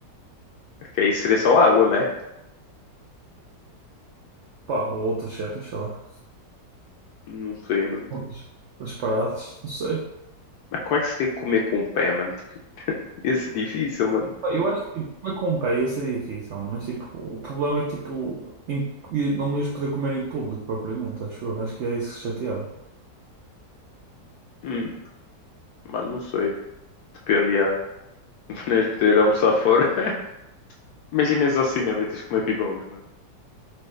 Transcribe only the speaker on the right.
Pá, ou outras cenas, sei lá.
Outras, outras paradas, não sei.
Pá, eu acho que tipo, comer com pé ia ser difícil, mas tipo, o problema é que tipo, em- não me ias poder comer em público propriamente, acho eu. Acho que é isso que chateava.